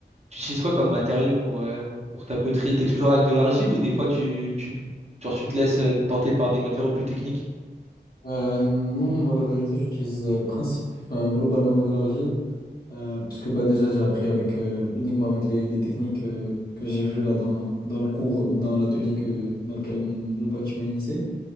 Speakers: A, on the right; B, on the left.
A: tu utilises quoi comme matériau pour, euh, pour ta poterie? T'es toujours avec de l'argile ou des fois tu, tu, genre, tu te laisses euh, tenter par des matériaux plus techniques?
B: Euh, non, moi, la vérité, j'utilise euh, principe, enfin, globalement de l'argile. euh, parce que bah, déjà, j'ai appris avec, euh, uniquement avec les, les techniques euh, que j'ai vues là dans, dans le cours, euh, dans l'atelier que, dans lequel mon, mon pote il m'a initié.